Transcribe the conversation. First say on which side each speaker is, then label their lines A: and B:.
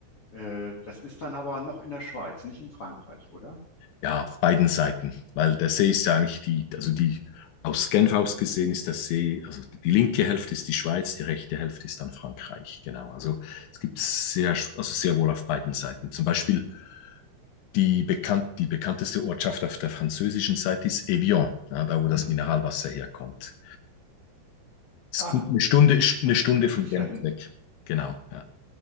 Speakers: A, on the left; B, on the left.
A: äh, das ist dann aber noch in der Schweiz, nicht in Frankreich, oder?
B: Ja, auf beiden Seiten. Weil der See ist ja eigentlich die, also die, aus Genf aus gesehen ist der See, also die linke Hälfte ist die Schweiz, die rechte Hälfte ist dann Frankreich. Genau. Also es gibt sehr, also sehr wohl auf beiden Seiten. Zum Beispiel die, bekannt, die bekannteste Ortschaft auf der französischen Seite ist Evian, ja, da wo das Mineralwasser herkommt. Ist
A: Ach,
B: gut, eine Stunde ist eine Stunde
A: das
B: von
A: ist
B: Genf
A: ja in
B: weg. Genau, ja.